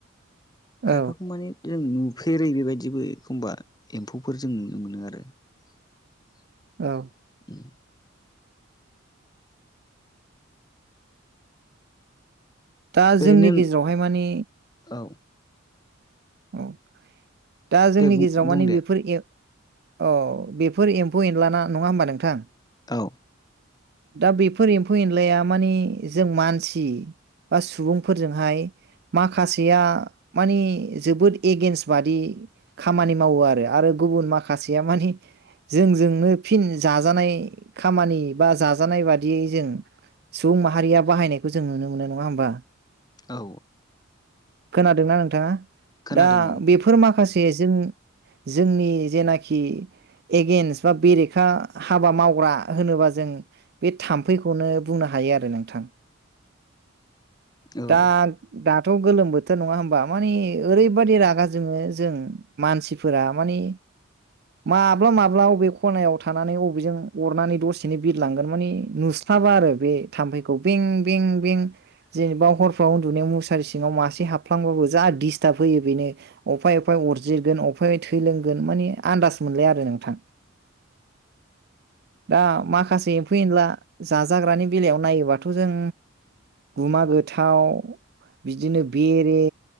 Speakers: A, on the right; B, on the left.
A: औ
B: खायफाखौ माने जों नुफेरै बेबायदिबो एखमबा एम्फौफोर जों नुनो मोनो आरो। <inaudible>
A: औ।
B: उम
A: दा
B: ओरैनो
A: जोंनि गेजेरावहाय मानि
B: औ।
A: औ दा जोंनि
B: दे बुं
A: गेजेराव
B: बुं
A: मानि
B: दे
A: बेफोर एप औ बेफोर एम्फौ एनलाना नङा होमबा नोंथां?
B: औ।
A: दा बेफोर एम्फौ एनलाया माने जों मानसि बा सुबुंफोरजोंहाय माखासेया मानि जोबोद एगेेनस्ट बादि खामानि मावो आरो आरो गुबुन माखासेया मानिे जोंजोंनो फिन जाजानाय खामानि बा जाजानाय बाददियै जों सुबुं माहारिया बाहायनायखौ जों नुनो मोनो नङा होमबा।
B: औ।
A: खोनादोंना नोंथाङा
B: खोनादों
A: दा बेफोर माखासे जों जोंनि जेनाखि एगेनस् बा बेरेखा हाबा मावग्रा होनोबा जों बे थाम्फैखौनो बुंनो हायो आरो नोंथां।
B: औ
A: दा दाथ' गोलोम बोथोर नङा होमबा मानिे ओरैबाददि रागा जोङो जों मानसिफोरा माने माब्ला माब्ला अबे खनायाव थानानै अबेजों अरनानै दसे बिदिनो बिरलांगोन माने नुस्लाबा आरो बे थाम्फैखौ बिं बिं बिं। जेनेबा हरफ्राव उन्दुनायाव मुसारि सिङाव मासे हाबफ्लांबाबो जा दिडिस्टार्ब होयो बेनो। अफाय उफाय अरजिरगोन अफाय थै लोंगोन मानि आन्दास मोनलाय आरो नोंथां दा माखासे एमफौ एनला जाजाग्रानि बेलायाव नायोबाथ' जों गुमा गोथाव बिदिनो बेरे